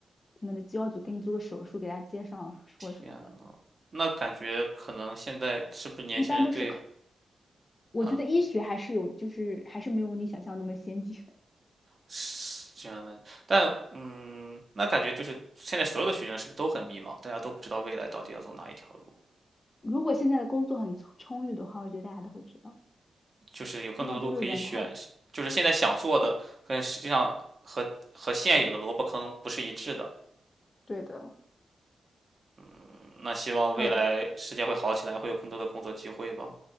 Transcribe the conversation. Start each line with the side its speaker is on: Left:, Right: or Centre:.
Left: 可能的肌肉组给你做个手术，给他接上或什么的，
Right: 天呐，那感觉可能现在是不是年轻人对，
Left: 一般都是靠。我觉得医学还是有，
Right: 嗯
Left: 就是还是没有你想象那么先进。<laughs>
Right: 是这样的，但嗯，那感觉就是现在所有的学生是不是都很迷茫？大家都不知道未来到底要走哪一条路，
Left: 如果现在的工作很充充裕的话，我觉得大家都会知道。
Right: 就是有更多的路可以选，
Left: 现在就是人太，
Right: 是就是现在想做的跟实际上和和现有的萝卜坑不是一致的。
Left: 对的，
Right: 嗯那希望未来世界会好起来，
Left: 好，
Right: 会有更多的工作机会吧。